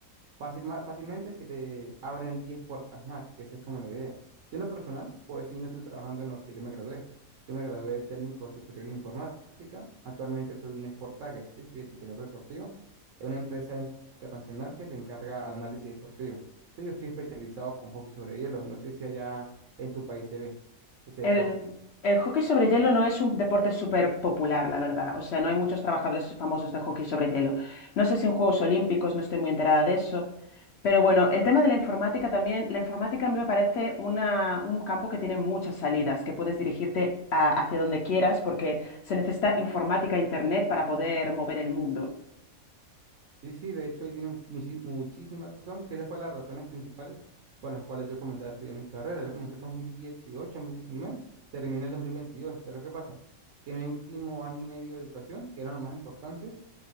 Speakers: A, on the right; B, on the left.
A: Fácil, ma- fácilmente se le abren 10 puertas más, que esa es como la idea. Yo en lo personal, pues sí, no estoy trabajando en lo que yo me gradué. Yo me gradué de técnico superior en informática. Actualmente soy un sport tagger, sí, soy etiquetador deportivo. Es una empresa internacional que se encarga al análisis deportivo. Sí, yo estoy especializado con hockey sobre hielo. No sé si allá en tu país se ve ese
B: El,
A: deporte.
B: el hockey sobre hielo no es un deporte súper popular, la verdad. O sea, no hay muchos trabajadores famosos de hockey sobre hielo. No sé si en Juegos Olímpicos, no estoy muy enterada de eso. Pero bueno, el tema de la informática también, la informática a mí me parece una- un campo que tiene muchas salidas, que puedes dirigirte a- hacia donde quieras porque se necesita informática e internet para poder mover el mundo.
A: Sí, sí, de hecho ahí tiene much- muchis- muchísima razón, que esas fueron las razones principales por las cuales yo comencé a estudiar mi carrera. Yo comencé el dos dos mil dieciocho, dos mil diecinueve, terminé el 2022. pero ¿qué pasa? Que mi último año y medio de educación, que eran los más importantes,